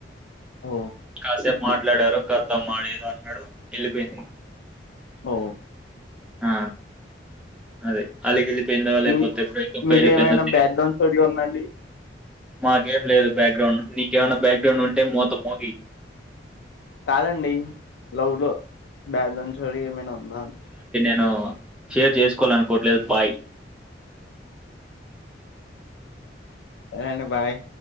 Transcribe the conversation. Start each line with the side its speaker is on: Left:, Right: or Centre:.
Left: ఓ
Centre: కాసే మాట్లాడారు కత <unintelligible> అన్నాడు వెళ్ళిపోయింది
Left: ఓ
Centre: ఆ అదే అలిగి వెళ్ళిపోయింది లేకపోతే
Left: మీ
Centre: బ్రేక్ అప్
Left: మీదేమైనా
Centre: అయి వెళ్ళిపోయింది తెలియద్
Left: బ్యాక్గ్రౌండ్ స్టోరీ ఉందండి
Centre: మాకేం లేదు బ్యాక్గ్రౌండ్ నీ ఏమనా బ్యాక్గ్రౌండ్ ఉంటే మూత మోగి
Left: కాదండి లవ్ లో బ్యాక్గ్రౌండ్ స్టోరీ ఏమైనా ఉన్నా
Centre: నే షేర్ చేసుకోవాలనుకోవట్లేదు బాయ్
Left: <unintelligible> బాయ్